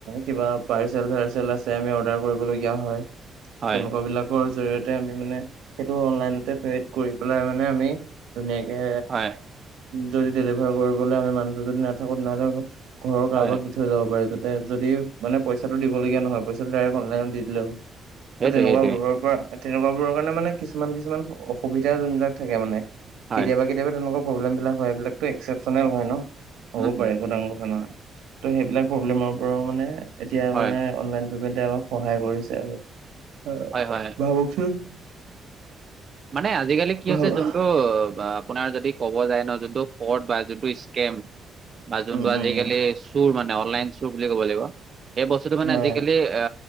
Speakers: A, on the right; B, on the right.
A: কিবা পাৰ্চেল-চাৰ্চেল আছে, আমি অৰ্ডাৰ কৰিবলগীয়া হয়,
B: হয়,
A: তেনেকুৱ বিলাক <unintelligible> জৰিয়তে আমি মানে, সেইটো অনলাইনতে পাইড কৰি পেলাই মানে আমি ধুনীয়াকে
B: হয়,
A: যদি ডেলিভাৰ কৰিবলৈ, আমি মানুহটো যদি নাথাকো, নহ'লে ঘৰৰ কাৰোবাক
B: হয়,
A: থৈ যাব পাৰে যাতে যদি মানে, পইচাটো দিবলগীয়া নহয়, পইচাটো ডাইৰেক্ট অনলাইনত দি দিলে হ'ল।
B: সেইটোৱে,
A: ত, তেনেকুৱা
B: সেইটোৱে,
A: <unintelligible> পৰা তেনেকুৱা বোৰৰ কাৰণে মানে, কিছুমান কিছুমান অসুবিধা যোনবিলাক থাকে মানে,
B: হয়,
A: কেতিয়াবা কেতিয়াবা তেনেকুৱা প্ৰব্লেম বিলাক হয়, এইবিলাকতো একপচনেল হয় ন', হ'ব
B: উম,
A: পাৰে একো ডাঙৰ কথা নহয়। ত' সেইবিলাক প্ৰব্লেমৰ পৰাও মানে এতিয়া
B: হয়,
A: মানে, অনলাইন পেমেন্ট তেওঁ সহায় কৰিছে আৰু <inaudible>
B: হয়, হয়।
A: ভাবকচোন
B: মানে, আজিকালি কি
A: ভাবা
B: হৈছে যোনটো বা- আপোনাৰ যদি ক'ব যায় ন', যোনটো ৰ্ফড বা যোনটো স্কেম বা যোনটো
A: উম
B: আজিকালি
A: উম উম
B: চোৰ মানে, অনলাইন চুৰ বুলি ক'ব লাগিব, সেই বস্তুটো মানে
A: হয়
B: আজিকালি আ,